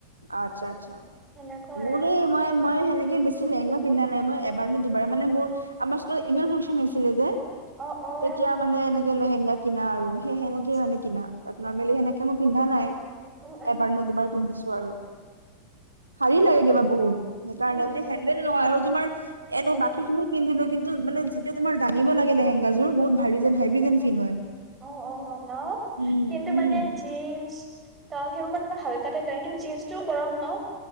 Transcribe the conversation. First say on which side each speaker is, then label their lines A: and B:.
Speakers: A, on the right (about 80°); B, on the right (about 20°).
A: অ আচ্ছা আচ্ছা,
B: সেনেকুৱা
A: মোৰ
B: আৰু
A: এই মই মই সেনেকে বেছি লেহেংগা পিন্ধা নাই মই এবাৰ নে দুবাৰ মানে মোৰ আমাৰ স্কুলত এনুবেল ফাংচন হৈছিলে যে
B: অ', অ',।
A: তেতিয়া মানে এনেকে লেহেংগা কিনা আৰু সেই সেনেকে
B: আচ্ছা
A: মানে কিনা, নৰ্মেলি
B: উম উম
A: সেনেকে মই পিন্ধা নাই
B: উম
A: এবাৰ নে দুবাৰ পিন্ধিছো আৰু। ভাৰি লাগে কিবা বহুত, সেইকাৰণে
B: উম
A: মানে হেণ্ডেল নহয় আৰু তোমাৰ
B: উম
A: এনে বা- কী খিনি পিন্ধিলে কিন্তু মানে যেতিয়া তোমাৰ দাঙিব লাগে লেহেংগাযোৰ বহুত ভাৰি যেন হেভি যেন ফিল হয়।
B: অ', অ', ন,
A: উম
B: কিন্তু মানে
A: উম
B: জিঞ্চ ত সেইবোৰ মানে অলপ হালকা টাইপ লাগে কিন্তু জিঞ্চটোও গৰম ন